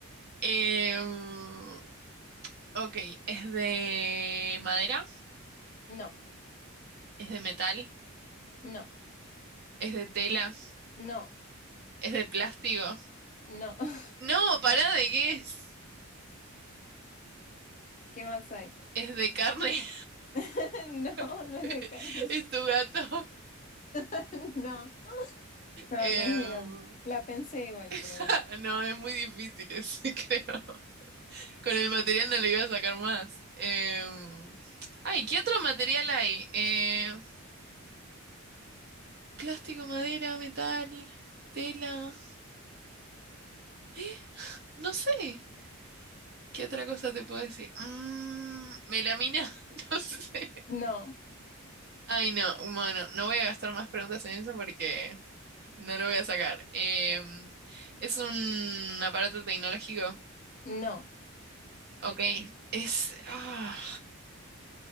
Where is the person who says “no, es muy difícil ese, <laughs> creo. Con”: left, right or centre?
Right